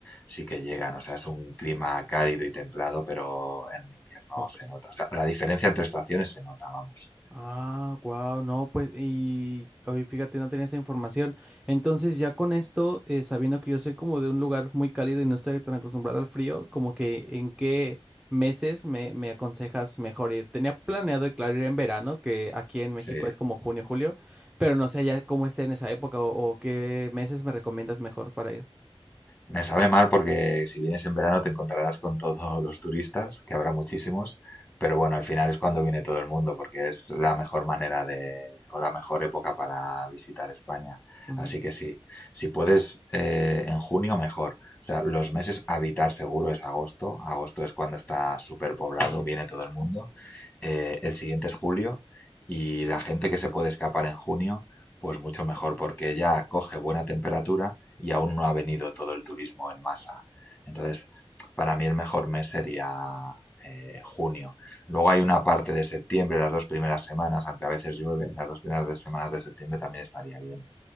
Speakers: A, on the left (about 20°); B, in the centre.
A: sí que llegan. O sea, es un clima cálido y templado, pero en invierno
B: ok.
A: se nota. O sea, la diferencia entre estaciones se nota, vamos.
B: Ah, wow, no, pues, y hoy fíjate, no tenía esta información. Entonces, ya con esto, eh, sabiendo que yo soy como de un lugar muy cálido y no estoy tan acostumbrado al frío, como que en qué meses me, me aconsejas mejor ir. Tenía planeado, claro, ir en verano, que aquí en México
A: Sí.
B: es como junio, julio, pero no sé ya cómo esté en esa época o, o qué meses me recomiendas mejor para ir.
A: Me sabe mal porque si vienes en verano te encontrarás con todos los turistas, que habrá muchísimos, pero bueno, al final es cuando viene todo el mundo, porque es la mejor manera de, o la mejor época para visitar España.
B: Ujú.
A: Así que sí, si puedes eh, en junio, mejor. O sea, los meses a evitar seguro es agosto. Agosto es cuando está súper poblado, viene todo el mundo. Eh, el siguiente es julio y la gente que se puede escapar en junio, pues mucho mejor, porque ya coge buena temperatura y aún no ha venido todo el turismo en masa. Entonces, para mí el mejor mes sería eh, junio. Luego hay una parte de septiembre, las dos primeras semanas, aunque a veces llueve, las dos primeras semanas de septiembre también estaría bien.